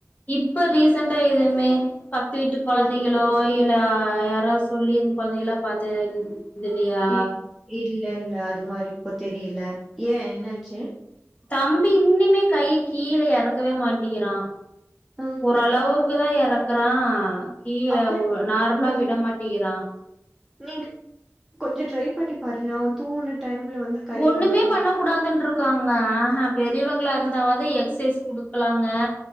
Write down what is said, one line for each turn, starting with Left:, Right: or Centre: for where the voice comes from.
Left: இப்ப ரீசெண்டா எதுவுமே பக்து வீட்டு கொழந்தைகள்
Centre: ஆ
Left: லோ இல்ல யாராவது சொல்லி இந் கொழந்தைங்கல்லா பாத்து இல் இதுல்லயா
Centre: இல் இல்லல்ல அது மாரி இப்போ தெரியல ஏயே என்னாச்சி
Left: தம்பி இன்னிமே கைய கீழ எறக்கவே மாட்டிக்கிறா
Centre: ஆ.
Left: ஓரளவு க்குதா எறக்குறா கீழ
Centre: அப்படி
Left: நார்மலா
Centre: ம்.
Left: விடமாட்டிகிறா
Centre: நீங்க கொஞ்சோ ட்ரை பண்ணி பாருங்க அவ தூங்கின டைம்ல வந்து கைய
Left: ஒன்னுமே
Centre: கொஞ்சம் கொஞ்சம்
Left: பண்ண கூடாதுன்டிருக்காங்க அ ஆ பெரியவங்களா இருந்தாவாது எக்ஸைஸ் குடுக்கலாங்க